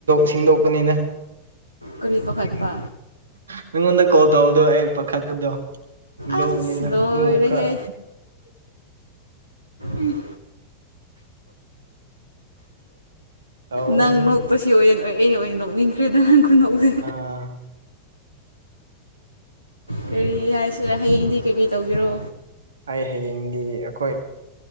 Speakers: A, on the right; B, on the right.
A: ꯁꯦꯡꯗꯣꯛꯄꯅꯤꯅ
B: ꯀꯔꯤ ꯄꯥꯈꯠꯄ
A: ꯅꯪꯉꯣꯟꯗ ꯀꯣꯜ ꯇꯧꯕꯗꯣ ꯑꯩ ꯄꯥꯈꯠꯄꯨꯗꯣ ꯂꯧꯕꯅꯤꯅ
B: ꯑꯁ ꯂꯣꯏꯔꯦꯍꯦ
A: ꯑꯗꯨ ꯈꯔ
B: ꯎꯝ
A: ꯇꯧꯕꯅꯤꯅꯦ
B: ꯅꯪ ꯅꯣꯛꯄꯁꯤ ꯑꯣꯏꯅ ꯑꯣꯏ ꯑꯩꯅ ꯑꯣꯏꯅ ꯅꯣꯛꯅꯤꯡꯈ꯭ꯔꯦꯗ ꯅꯪ ꯈꯨꯟꯗꯣꯛꯁ
A: ꯑ
B: ꯀꯔꯤ ꯍꯥꯏꯁꯤꯔꯦ ꯍꯌꯦꯡꯗꯤ ꯀꯩꯀꯩ ꯇꯧꯒꯦꯔꯣ
A: ꯑꯩ ꯍꯌꯦꯡꯗꯤ ꯑꯩꯈꯣꯏ